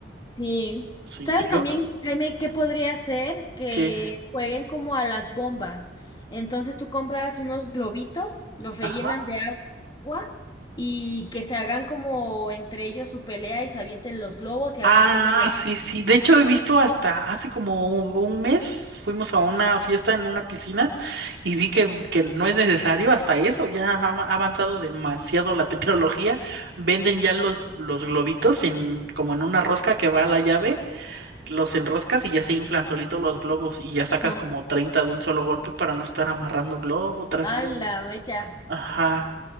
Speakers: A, on the left (about 25°); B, on the right (about 70°).
A: Sí.
B: Sí,
A: ¿Sabes
B: y luego
A: también, Jaime, qué podría ser que
B: que,
A: jueguen como a las bombas? Entonces tú compras unos globitos, los rellenan
B: ajá
A: de agua y que se hagan como entre ellos su pelea y se avienten los globos y a
B: Ah,
A: ver a quién le rellena.
B: sí, sí. De hecho, he visto hasta hace como un un mes fuimos a una
A: Ajá.
B: fiesta en una piscina y vi que, que no es necesario hasta eso. Ya ha ha avanzado demasiado la tecnología. Venden ya los, los globitos en, como en una rosca que va a la llave, los enroscas y ya se inflan solitos los globos y ya sacas
A: Ajá.
B: como 30 de un solo golpe para no estar amarrando globo tras
A: A
B: globo.
A: la mecha.
B: Ajá.